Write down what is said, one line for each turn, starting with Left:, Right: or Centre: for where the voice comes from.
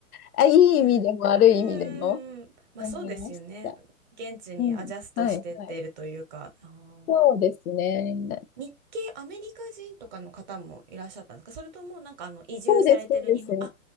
Left: あ、いい意味でも悪い意味でも
Right: ね。うーん。まあそうですよね。
Left: 思いました。
Right: 現地にアジャストしてっているというか、
Left: うん。はい、はい。
Right: あー
Left: そうですね。
Right: 日系アメリカ人とかの方もいらっしゃったんですかそれともなんかあの移住されてる日本、
Left: そうです、そうです。
Right: あ、